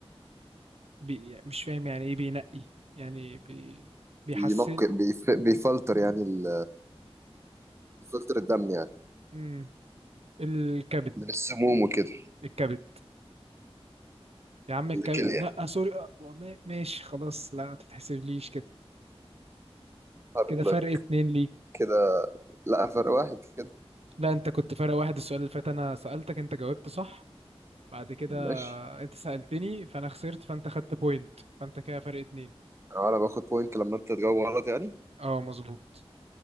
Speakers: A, on the right; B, on the right.
A: بي... مش فاهم يعني ايه بينقي يعني بي... بيحسن
B: بينقي بيف... بيفلتر يعني ال... بيفلتر الدم يعني
A: مم. الكبد
B: من السموم وكده
A: الكبد يا عم الكبد
B: الكليه
A: لا سوري آه، ما- ماشي خلاص لا ما تتحسبليش كده
B: هارد
A: كده
B: بلاد
A: فرق اتنين ليك
B: كده لا فرق واحد كده
A: لا انت كنت فرق واحد السؤال اللي فات انا سألتك انت جاوبت صح بعد كده
B: ماشي
A: انت سألتني فانا خسرت فانت خدت بوينت فانت كده فرق اتنين
B: انا باخد بوينت لما انت تجاوب غلط يعني
A: اه مظبوط